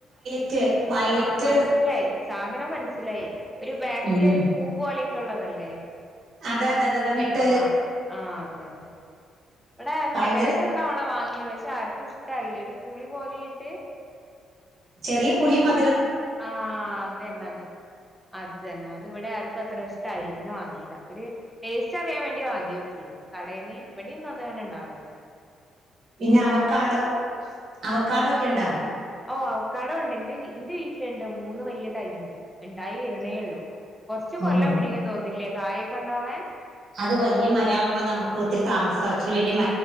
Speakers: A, on the right; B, in the centre.
A: റ്റ് വയലറ്റ്
B: ആഹ് മനസ്സിലായി സാധനം മനസ്സ്ലായി ഒര് ബാക്കില്
A: ഉം
B: ഒരു പൂ പോലെ ഉള്ളതല്ലേ
A: അതെ അതെ അതെ അതെ ഞെട്ടല്
B: ആ ആ അത് ന്നെ ഇവിടെ
A: ഭയങ്കര
B: കടെന്ന് ഒരു തവണ വാങ പക്ഷെ ആർക്കും ഇഷ്ട്ടാഴില ഒരു പുളി പോലെ ട്ട്
A: ചെറിയ പുളിയും മ
B: ആ അതന്നെ അതെ അതന്നെ അത് വിടെ ആ ർക്കും അത്ര ഇഷ്ടായില്ല. പിന്നെ വാങ്ങീല്ല. ഒരു ടേസ്റ്റ് അറിയാൻ വേണ്ടി വാങ്ങി നോക്കിരുന്നു. കടേന്ന് ഇവിട്യാന്നും അത് അങ്ങനെ ഉണ്ടാവൽല്ല.
A: പിന്നെ അവക്കാടോ അവക്കാടോ ഒക്കെ ഉണ്ടോ
B: ഓ അവക്കാഡോ ഇണ്ട്. ഇന്റെ വി ഇന്റെ വീട്ടില്ണ്ട്. മൂന്ന് വല്യ തയ്യ്ണ്ട്. ഇണ്ടായി വരണേള്ളു. കൊറച്ച്
A: ഓ
B: കൊല്ലം പിടിക്കും. തോന്നില്ലേ കായൊക്കെ ഉണ്ടോവാൻ.
A: അത് വലിയ മരാവുമ്പൊ നമുക്ക് ഒത്തിരി താമസാ ഇച്ചിരി വല്